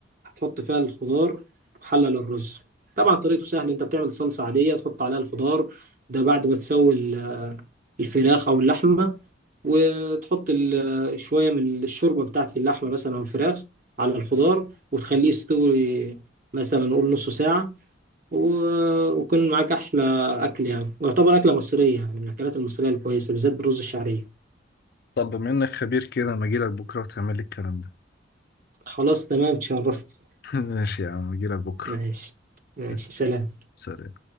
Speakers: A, on the right (about 45°); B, on the left (about 55°).
A: هتحط فيها الخضار وحلل الرز طبعا طريقته سهلة انت بتعمل صلصة عادية تحط عليها الخضار ده بعد ما تسوي ال- الفراخ او اللحمة وتحط ال- شوية من الشوربة بتاعت اللحمة مثلا او الفراخ على الخضار وتخليه يستوي مثلا نقول نص ساعة و- ويكون معاك أحلى أكل يعني ويعتبر أكلة مصرية يعني من الأكلات المصرية الكويسة بالذات بالرز الشعرية
B: طب بما انك خبير كده ما اجيلك بكرة وتعمل لي الكلام ده
A: خلاص تمام تشرفت
B: <laughs> ماشي يا عم اجيلك بكرة
A: ماشي ماشي
B: <laughs>
A: سلام
B: سلام